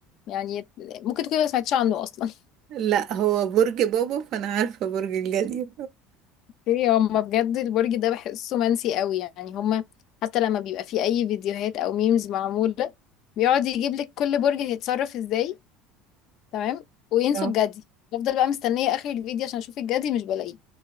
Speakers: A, on the left; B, on the right.
A: يعني ممكن تكوني ما سمعتيش عنه اصلا
B: لا هو برج بابا فأنا عارفة برج الجدي
A: ايه هما بجد البرج ده بحسه منسي قوي يعني هما حتى لما بيبقى فيه اي فيديوهات او ميمز معمولة بيقعد يجيب لك كل برج هيتصرف ازاي تمام وينسوا
B: اه
A: الجدي بفضل بقى مستنية اخر الفيديو عشان اشوف الجدي مش بلاقيه